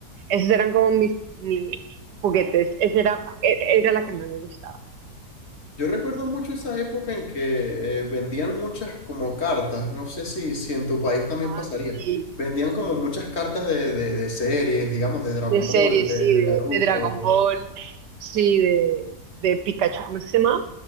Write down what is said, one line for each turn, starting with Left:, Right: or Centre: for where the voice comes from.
Right: Esos eran como mis, mis juguetes. Esa era, e- era la que más me gustaba.
Left: Yo recuerdo mucho esa época en que eh, vendían muchas como cartas, no sé si, si en tu país también
Right: Ah,
Left: pasaría,
Right: sí,
Left: vendían como muchas cartas de, de- de series, digamos, de Dragon
Right: de series,
Left: Ball, de,
Right: sí,
Left: de
Right: de,
Left: Naruto,
Right: de Dragon
Left: de-
Right: Ball. Sí, de, de Pikachu, ¿cómo es que se llama?